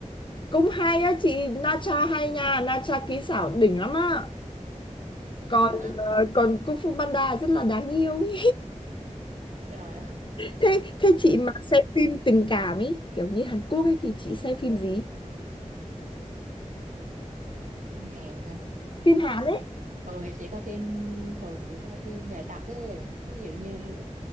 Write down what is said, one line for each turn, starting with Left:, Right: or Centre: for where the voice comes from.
Left: cũng hay á chị Nacha hay nha Nacha kỹ xảo đỉnh lắm á còn
Right: không nhớ hả
Left: ờ, còn Kung Fu Panda rất là đáng yêu ý.
Right: trời ơi
Left: <laughs> thế thế chị mà xem phim tình cảm ấy kiểu như Hàn Quốc ấy thì chị xem phim gì
Right: phim Hàn hả
Left: phim Hàn ấy
Right: thường thì chỉ coi phim thường chỉ coi phim dài tập ấy ví dụ như